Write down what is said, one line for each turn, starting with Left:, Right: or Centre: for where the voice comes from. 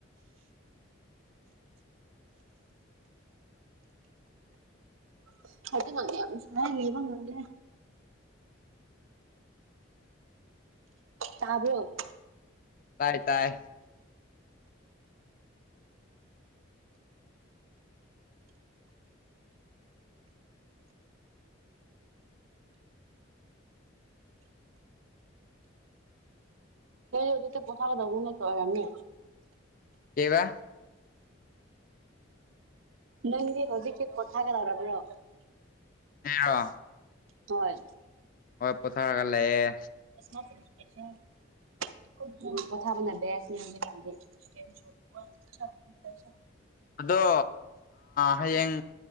Right: <unintelligible> <unintelligible> <unintelligible> ꯌꯥꯝ ꯁꯥꯢ ꯂꯩꯕ ꯉꯥꯝꯗꯦ ꯇꯥꯕ꯭ꯔꯣ
Left: ꯇꯥꯏ ꯇꯥꯏ
Right: ꯑꯗꯨ ꯀꯊꯥ ꯀꯗ ꯨꯝ ꯅ ꯀ ꯑꯣꯏꯔꯝꯅꯤ
Left: ꯀꯩꯕꯥ
Right: ꯅꯪꯗꯤ ꯍꯧꯖꯤꯛꯀꯤ ꯄꯣꯊꯥꯒꯗꯧꯔꯕ꯭ꯔꯣ
Left: ꯑꯩꯔꯣ
Right: ꯍ‌ꯣꯏ
Left: ꯍꯣꯏ ꯄꯣꯊꯥꯒ ꯂꯩꯌꯦ
Right: <unintelligible> <unintelligible>
Left: ꯑꯗꯣ ꯍꯌꯦꯡ